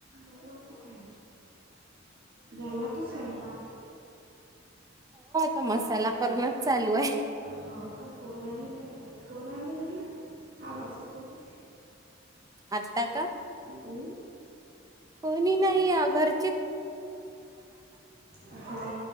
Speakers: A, on the right; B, on the right.
A: बऊ आ ते काय होते. झाला का स्वयंपा?
B: तर मसाला करूनच चालू आहे.
A: हो का कोण आलेला आहे. कोण आलं घरी आवाज येतो होता.
B: आता का
A: तुम्ही.
B: कोणी नाही घर
A: हा